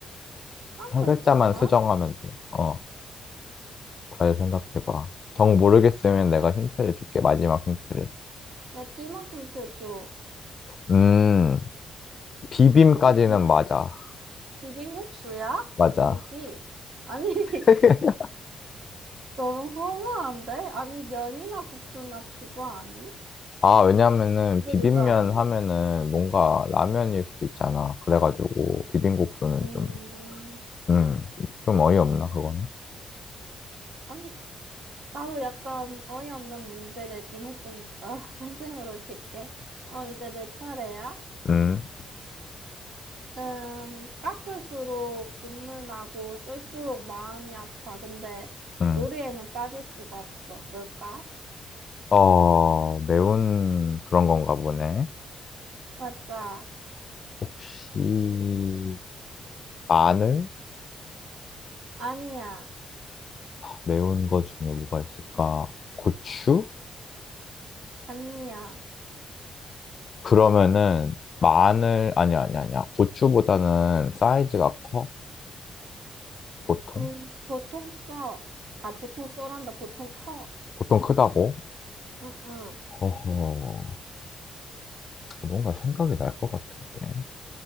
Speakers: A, on the right; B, on the left.
A: 한
B: 한
A: 글자만?
B: 글자만 수정하면 돼. 어, 잘 생각해봐. 정 모르겠으면 내가 힌트를 줄게. 마지막 힌트를.
A: 마지막 힌트 줘.
B: 음, 비빔까지는
A: 혹시 비,
B: 맞아.
A: 비빔국수야?
B: 맞아.
A: 아니지. 아니, <laughs>
B: <laughs>
A: 너무 허무한데? 아니, 면이나 국수나 그거 아니
B: 아, 왜냐면은
A: 그게
B: 비빔면
A: 그거 아니
B: 하면은 뭔가 라면일 수도 있잖아. 그래가지고 비빔국수는
A: 음,
B: 좀, 음, 좀 어이없나, 그거는?
A: 아니, 나도 약간 어이없는 문제 내긴 했으니까, <laughs> 쌤쌤으로 질게. 어, 이제 내 차례야?
B: 음,
A: 음, 깎을수록 눈물 나고 쓸수록 마음이 아파. 근데
B: 음.
A: 요리에는 빠질 수가 없어. 뭘까?
B: 어, 매운 그런 건가 보네.
A: 맞아.
B: 혹시 마늘?
A: 아니야.
B: 매운 거 중에 뭐가 있을까? 고추?
A: 아니야.
B: 그러면은 마늘, 아니야, 아니야, 아니야. 고추보다는 사이즈가 커? 보통?
A: 음, 보통 써. 아, 보통 써란다. 보통 커.
B: 보통 크다고?
A: 응, 응.
B: 어허, 뭔가 생각이 날 것 같은데.